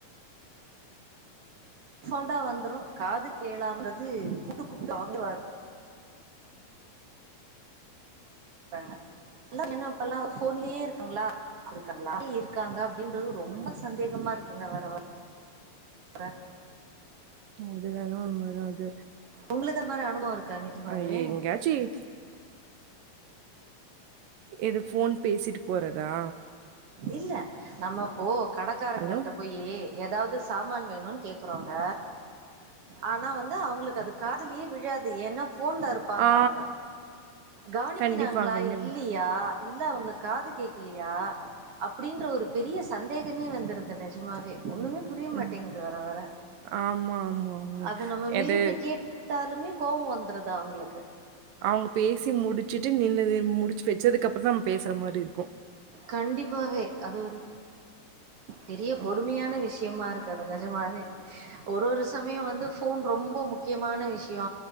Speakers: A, on the right; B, on the right.
A: சொல்டா வந்துரு காது கேளாம்றது கூட்டு குப்பிட்டா வந்து இப்ப எல்லா போன்லயே இருக்கங்களா இருக்கங்களா இருக்காங்க அப்படின்னு ரொம்ப சந்தேகமா இருக்குங்க வரவற
B: அது வேனா உண்மைதா அது
A: உங்களுக்கு அந்த மாரி அனுபவ இருக்கா நீசமவே
B: அ எங்கேயாச்சும் எது போன் பேசிட்டு போறதா
A: இல்ல நம்ம போ கடக்காரங்களிட்ட
B: ஹலோ?
A: போய்யி ஏதாவது சாமான் வேணும்ன்னு கேக்குறோங்க ஆனா வந்து அவங்களுக்கு அது காதலயே விழாது ஏன்னா போன்ல இருப்பாங்க
B: ஆ.
A: அவங்க கவனிக்கிறாங்களா
B: கண்டிப்பா, கண்டிப்பா.
A: இல்லையா இல்ல அவங்களுக்கு காது கேட்கலையா அப்படின்ற ஒரு பெரிய சந்தேகமே வந்துடுது நெஜமாவே ஒண்ணுமே புரிய மாட்டேங்குது
B: ம்.
A: வர வர
B: ஆமா, ஆமா, ஆமா.
A: அத நம்ம மீறிப்போய்
B: எது
A: கேட்டாலுமே கோபம் வந்துருதுா அவங்களுக்கு
B: அவங்க பேசி முடிச்சுட்டு நின்னது முடிச்சு வச்சதுக்கு அப்புறம் தா நம்ம பேசுற மாதிரி இருக்கு
A: கண்டிப்பாவே அது ஒரு பெரிய கொடுமையான
B: ம்.
A: விஷயமா இருக்கு அது நெஜமாவே ஒரு ஒரு சமய வந்து ஃபோன் ரொம்ப முக்கியமான விஷய